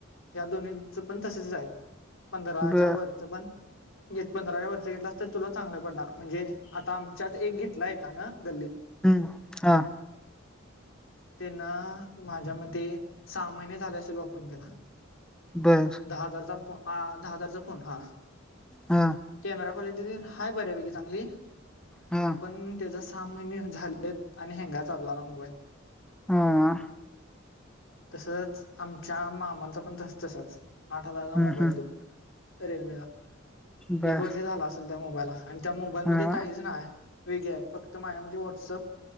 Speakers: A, on the left (about 70°); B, in the centre.
A: या दोन्हींचं पण तसचं आहे पंधराच्या
B: बर
A: वरचं पण येत पंधराच्या वरचा घेतलास तर तुला चांगलं पडणार म्हणजे आता आमच्यात एक घेतलाय एकानं गल्लीत
B: हम्म हा
A: त्यांनं माझ्या मते सहा महिने झाले असेल वापरून त्याला
B: बर
A: दहा हजारचा फो आ.. दहा हजारचा फोन हा
B: हा
A: कॅमेरा क्वालिटीटीत हाय बर्या पैकी चांगली
B: हम्म
A: पण त्याचा सहा महिने झालीत आणि हँंगाय चालू झाला मोबाईल
B: हा <unintelligible>
A: तसच आमच्या मामांचा पण तस तसाच आठ हजाराचा
B: हम्म
A: मोबाईल
B: हम्म
A: तो रिअलमीचा
B: बर
A: एक वर्ष झाला असेल त्या मोबाईलला आणि त्या मोबाईलमध्ये
B: हा
A: काहीच नाहीय वेगळं आहे फक्त माझ्यामते व्हॉटसअप